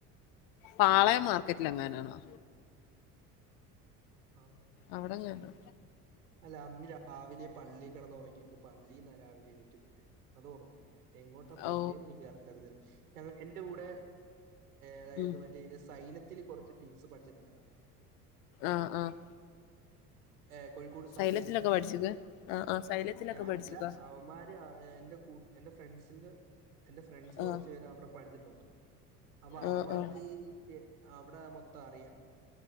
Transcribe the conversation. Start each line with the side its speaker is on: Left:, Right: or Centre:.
Left: പാളയം
Right: കറക്റ്റ്
Left: മാർക്കറ്റിൽ എങ്ങനാണോ
Right: ആ <unintelligible>
Left: അവിടെ എങ്ങന്നോ
Right: ആയിരിക്കും അല്ല അന്ന് രാവിലെ പള്ളിൽ കിടന്ന് ഉറങ്ങിയിട്ട് പള്ളിന്ന് രാവിലെ എണീറ്റ് പോയ അത് ഒർമ്മ ഇല്ല എങ്ങോട്ടാ പോയന്ന്
Left: ഓ
Right: എനിക്ക് കറക്റ്റ് അറിയത്തില്ല ഞ എന്റെ കൂടെ അതായത്
Left: ഉം
Right: മറ്റേ ഇതി സൈലത്തില് കുറച്ച് ടീംസ് പഠിച്ചിട്ടുണ്ടായിരുന്നു
Left: ആഹ് ആഹ്
Right: ഏഹ് കോഴിക്കോട് സൈനല്ലേ
Left: സൈലത്തിലൊക്കെ പഠിച്ചത് ആ ആ സൈലത്തിലൊക്കെ
Right: ഞാനല്ല
Left: പഠിച്ചതാ
Right: അവന്മാര് എന്റെ കൂ എന്റെ ഫ്രണ്ട്സിന്റെ എന്റെ ഫ്രണ്ട്സ് കുറച്ചു
Left: ആ
Right: പേര് അവിടെ പഠിച്ചിട്ടുണ്ട് അപ്പൊ അവന്മാർക്ക്
Left: ആ ആ
Right: അവിടെ മൊത്തം അറിയാം